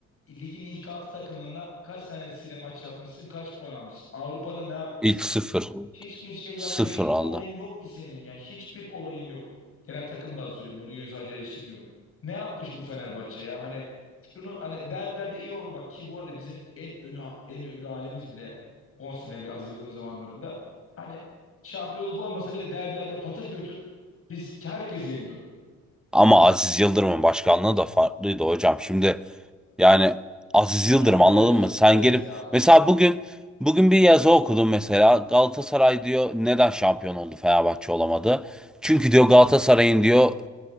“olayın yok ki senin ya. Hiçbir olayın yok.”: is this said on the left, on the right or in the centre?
Left